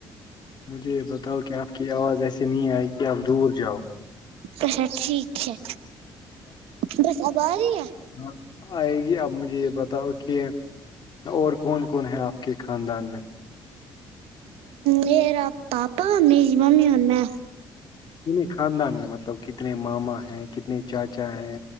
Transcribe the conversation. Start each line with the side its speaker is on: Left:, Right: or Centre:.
Left: مجھے یہ بتاؤ کہ آپ کی آواز ایسیے نہیں آئے کہ آپ دور جاؤ
Right: اچھا ٹھیک ہے بس آواز ہی ہے
Left: ہاں آئے گی آپ مجھے یہ بتاؤ کہ اور کون کون ہے آپ کے خاندان میں
Right: میرا پاپا میری ممی اننا
Left: کتنے خاندان میں مطلب کتنے ماما ہیں کتنے چاچا ہے